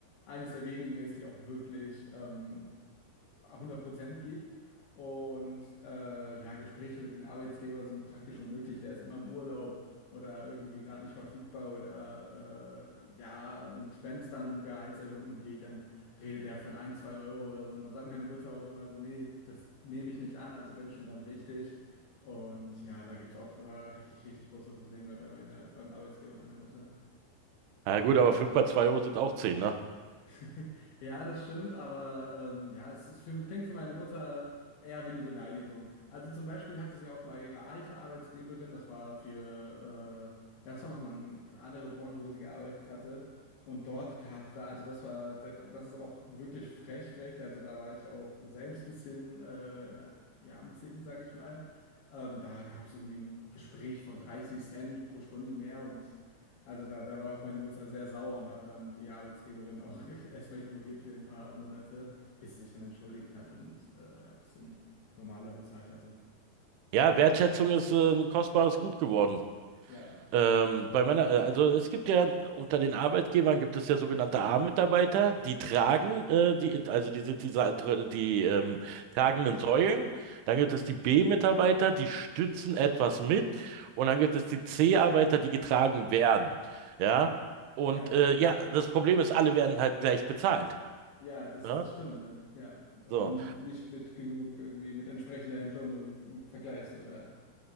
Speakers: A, on the left; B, on the right.
A: eines der wenigen ist, die auch wirklich ähm, 100% gibt. Und äh, ja, Gespräche mit den Arbeitgebern sind praktisch unmöglich. Der ist immer im Urlaub oder irgendwie gerade nicht verfügbar oder äh, ja, und wenn es dann um Gehaltserhöhungen geht, dann redet er von ein, zwei Euro oder so. Und dann sagt meine Mutter auch immer so, nee, das nehme ich nicht an, also wenn schon, dann richtig. Und ja, da gibt es auch immer richtig, richtig große Probleme bei meiner, beim Arbeitsgeber meiner Mutter.
B: Na gut, aber fünf mal zwei Euro sind auch zehn, ne?
A: <laughs> Ja, das stimmt, aber ähm, ja, es ist für, klingt für meine Mutter eher wie eine Beleidigung. Also zum Beispiel hatte sie auch mal ihre alte Arbeitsgeberin, das war für, äh, ja, das war nochmal eine andere Branche, wo sie gearbeitet hatte. Und dort gab es da, also das war, das ist auch wirklich frech, frech. Also da war ich auch selbst ein bisschen, äh, ja, am Zicken, sag ich mal. Ähm, da gab es irgendwie ein Gespräch von 30 Cent pro Stunde mehr und. Also da, da war meine Mutter sehr sauer und hat dann die Arbeitsgeberin auch <laughs> erstmal ignoriert für ein paar Monate, bis sie sich dann entschuldigt hat und äh, ja, ein bisschen normaler bezahlt hatte.
B: Ja, Wertschätzung ist äh, ein kostbares Gut geworden.
A: Ja,
B: Ähm, bei meiner, äh, also es gibt ja unter den Arbeitgebern gibt es ja sogenannte A-Mitarbeiter, die tragen, äh, die, also die sind diese, die ähm, tragenden Säulen. Dann gibt es die B-Mitarbeiter, die stützen etwas mit. Und dann gibt es die C-Arbeiter, die getragen werden. Ja. Und
A: ja,
B: äh, ja, das Problem ist, alle werden halt gleich bezahlt.
A: ja, das,
B: Ja?
A: das stimmt, ne? Ja. Oder
B: So.
A: nicht mit genug irgendwie mit entsprechender Entlohnung im Vergleich, so, ja.